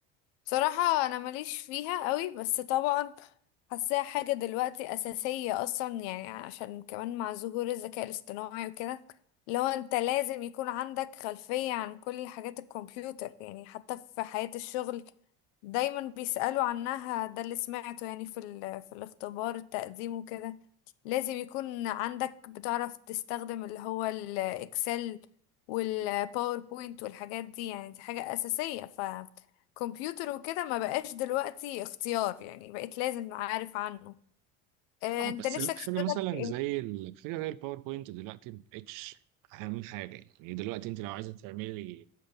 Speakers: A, on the left (about 70°); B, on the right (about 55°).
A: بصراحة أنا ماليش فيها قوي بس طبعا حاساها حاجة دلوقتي أساسية أصلا يعني عشان كمان مع ظهور الذكاء الاصطناعي وكده لو أنت لازم يكون عندك خلفية عن كل حاجات الكمبيوتر يعني حتى في حياة الشغل دايما بيسألوا عنها ده اللي سمعته يعني في ال في الاختبار التقديم وكده لازم يكون عندك بتعرف تستخدم اللي هو الإكسل والباوربوينت والحاجات دي يعني دي حاجة أساسية كمبيوتر وكده ما بقاش دلوقتي اختيار يعني بقيت لازم عارف عنه آه،
B: اه
A: انت
B: بس
A: نفسك تشتغل
B: حاجه مثلا
A: في ايه
B: زي ال- حاجه زي الباوربوينت دلوقتي مبقتش اهم حاجه يعني دلوقتي انت لو عايزه تعملي